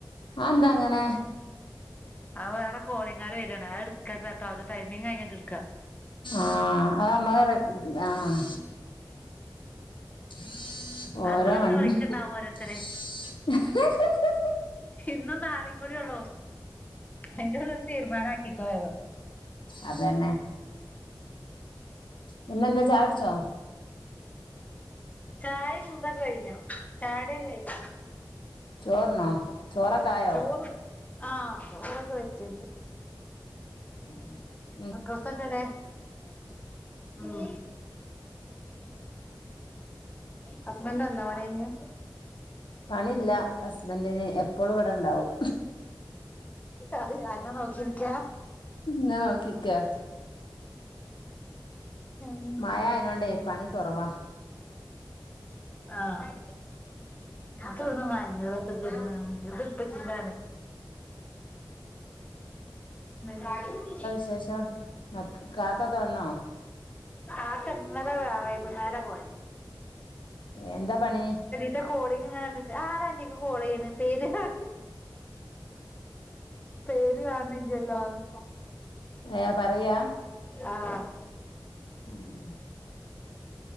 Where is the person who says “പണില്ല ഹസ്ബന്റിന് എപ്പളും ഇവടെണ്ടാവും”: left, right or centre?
Left